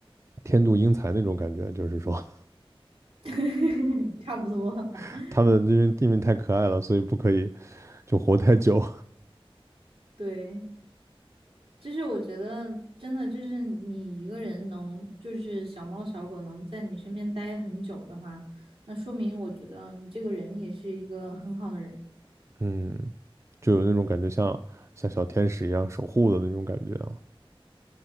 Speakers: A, on the right (about 30°); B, on the right (about 70°).
A: 天妒英才那种感觉，就是说
B: <laughs> 差不多吧。
A: <laughs>
B: <laughs>
A: 他们因为地面太可爱了，所以不可以就活太久，
B: 对，就是我觉得真的就是你一个人能，就是小猫小狗能在你身边待很久的话，那说明我觉得你这个人也是一个很好的人。
A: <laughs> 嗯，就有那种感觉像像小天使一样守护的那种感觉啊，